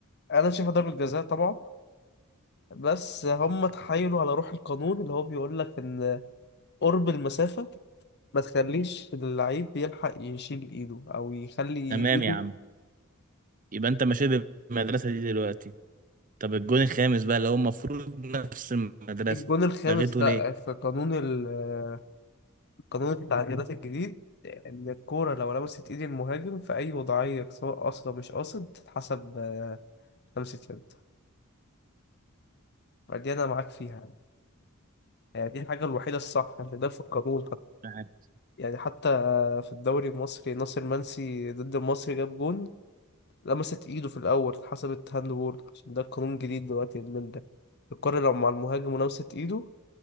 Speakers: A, on the left; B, on the right.
A: انا شايفها ضربة جزاء طبعا بس هم تحايلوا على روح القانون اللي هو بيقول لك ان قرب المسافة ما تخليش اللعيب بيلحق يشيل ايده او يخلي
B: تمام
A: ايده
B: يا عم يبقى انت ماشي بالمدرسة دي دلوقتي طب الجون الخامس بقى اللي هو المفروض نفس المدرسة
A: الجون الخامس
B: لغيته
A: لا
B: ليه
A: في قانون ال- قانون التعديلات الجديد ان الكورة لو لمست ايد المهاجم في اي وضعية سواء قاصد أو مش قاصد تتحسب آه، لمسة يد فدي انا معاك فيها يعني يعني دي الحاجة الوحيدة الصح اللي ده في القانون حتى
B: مش عارف.
A: يعني حتى في الدوري المصري ناصر منسي ضد المصري جاب جون لمست ايده في الاول اتحسبت هاند بول عشان ده قانون جديد دلوقتي من ده الكرة لو مع المهاجم ولمست ايده